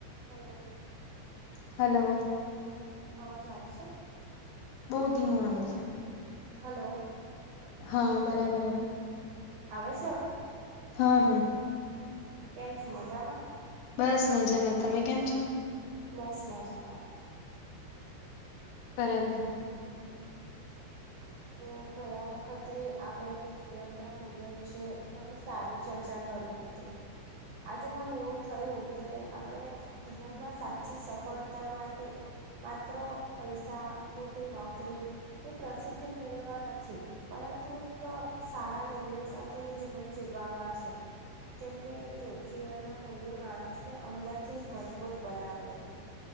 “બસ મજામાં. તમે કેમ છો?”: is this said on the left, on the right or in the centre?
Left